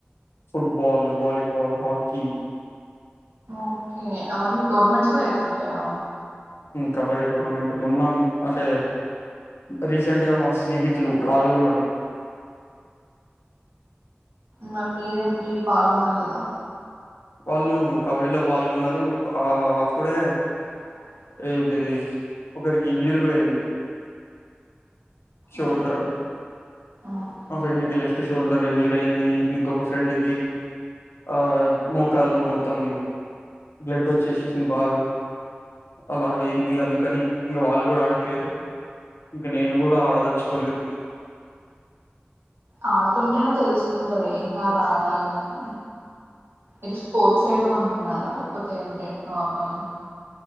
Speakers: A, on the left; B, on the right.
A: ఫుట్బల్ వాలీబల్ హకీ
B: ఓకే అన్ టోర్నమెంట్స్ కూడా ఐతుంటాయా
A: కబడ్డీ టోర్నమెంట్ మొన్నం అంటే రీసెంట్ గా మా స్నేహితులు పాల్గొన్నారు
B: మరి మీరేం మీరు పాల్గొనలేదా
A: వాళ్ళు కబడ్డీలో పాల్గొన్నారు ఆ అప్పుడే
B: <inaudible>
A: ఏంటిది ఒకరికి ఇంజురీ కూడా అయింది శోల్డర్
B: ఓ- ఓకే
A: మా ఫ్రెండ్ కీ లిఫట్ శోల్డ్ర్ ఇంజూర్ అయింది ఇంకొక ఫ్రెండ్ కి ఆ మోకాలు మొత్తం బ్లడ్ వచ్చేసేసింది బాగా అలా అయింది అందుకని ఇంక వాళ్ళు కూడా ఆడట్లేదు ఇంక నేను కూడా ఆడదలుచుకోలేదు
B: ఆడుతుంటేనే తెలుస్తుంటాదీ ఏం కాదు ఆడాలి అని మీరు స్పోర్ట్స్ ఐడిమ్ అని ఉన్నారా లేకపోతే అంటే నార్మల్